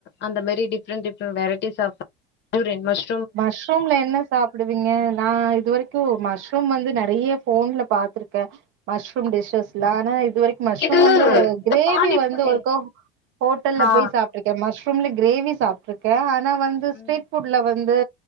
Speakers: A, on the left (about 35°); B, on the right (about 40°).
A: அந்த மாரி டிஃப்ரெண்ட் டிஃப்ரெண்ட் வெரைட்டிஸ் சாப் இவுரேன் மஷ்
B: மஷ்ரூம்ல என்ன சாப் பிடுவிக்க நா இது வரைக்கும் மஷ்ரூம் வந்து நறைய ஃபோன்ல பாத்திருக்கன் மஷ்ரூம் டிஷஸ்ல்ல ஆனா இது வரை மஷ்ரூம்
A: இது
B: வந்து
A: இந்த
B: கிரேவி
A: பானிபூரி
B: வந்து ஒரு கோ ஹோட்டல்ல
A: ஆ
B: போய் சாப்பிட்டு க்கன் மஷ்ரூம்ல கிரேவி சாப்பிட்ருக்கன் ஆனா வந்து
A: ம்
B: ஸ்ரீட்புஃட்ல வந்து வந்து